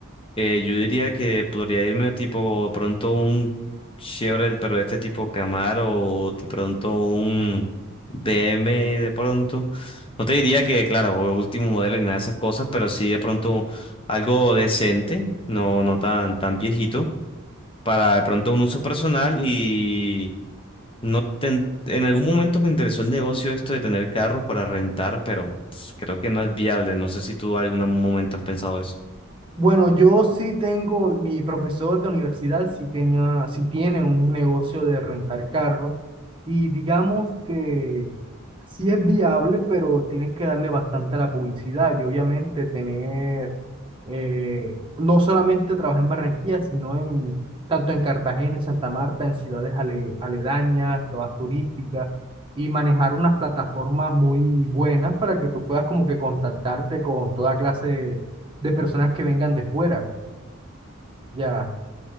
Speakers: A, on the left; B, on the right.
A: Eh, yo diría que podría irme tipo de pronto un Chevrolet, pero de este tipo Camaro o de pronto un BM de pronto. No te diría que, claro, último modelo y nada de esas cosas, pero sí de pronto algo decente, no, no tan, tan viejito, para de pronto un uso personal y no ten- en algún momento me interesó el negocio esto de tener carros para rentar, pero pues, creo que no es viable. No sé si tú en algún momento has pensado eso.
B: Bueno, yo sí tengo, mi profesor de universidad sí tenía, sí tiene un negocio de rentar carros y digamos que sí es viable, pero tienes que darle bastante a la publicidad y obviamente tener, eh, no solamente trabajar en Barranquilla, sino en tanto en Cartagena, en Santa Marta, en ciudades ale- aledañas, todas turísticas, y manejar unas plataformas muy buenas para que tú puedas como que contactarte con toda clase de personas que vengan de fuera, ya.